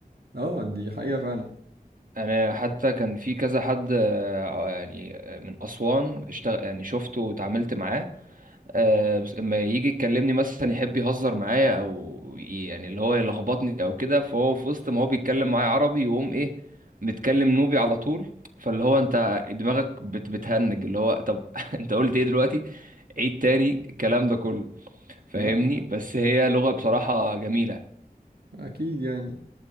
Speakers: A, on the right; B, on the right.
A: اه دي حقيقة فعلا
B: انا حتى كان في كذا حد آه، يعني من اسوان اشتغل يعني شفته واتعاملت معاه آه، بس اما يجي يكلمني مثلا يحب يهزر معايا او ي- يعني اللي هو يلخبطني او كده فهو في وسط ما هو بيتكلم معايا عربي يقوم ايه متكلم نوبي على طول فاللي هو انت دماغك بت بتهنج اللي هو طب <laughs> انت قلت ايه دلوقتي عيد تاني الكلام ده كله فاهمني
A: لا لا،
B: بس هي لغة بصراحة جميلة
A: اكيد يعني